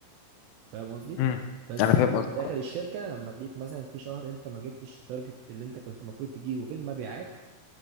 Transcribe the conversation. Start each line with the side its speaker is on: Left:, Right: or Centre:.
Right: فاهم قصدي
Left: امم
Right: بس
Left: انا
Right: بتيجي
Left: فاهم قصدك
Right: في الاخر
Left: اه
Right: الشركه لما تلاقيك مثلا في شهر انت ما جبتش التارجت اللي انت كنت المفروض تجيبه في المبيعات